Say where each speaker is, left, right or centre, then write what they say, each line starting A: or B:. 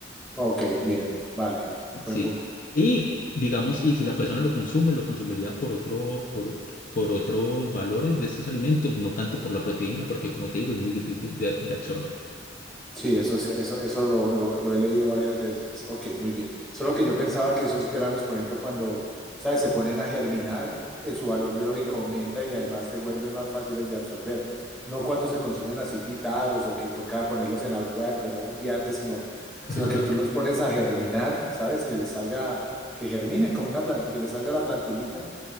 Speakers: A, in the centre; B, on the left.
A: Ok, bien, vale,
B: Sí.
A: buen punto.
B: Y digamos, y si la persona lo consume, lo consumiría por otro, por, por otros valores de estos alimentos, no tanto por la proteína, porque como te digo, es muy difícil de, de absorber.
A: Sí, eso, es- eso, eso lo, lo- lo he leído varias veces. Ok, muy bien. Solo que yo pensaba que esos granos, por ejemplo, cuando, ¿sabes? Se ponen a germinar, eh, su valor biológico aumenta y además se vuelven más fáciles de absorber. No cuando se consumen así pitados o que toca ponerlos en agua en remojo un día antes, sino,
B: <laughs>
A: sino que tú los pones a germinar, ¿sabes? Que les salga, que germinen como una plantita, que les salga la plantulita.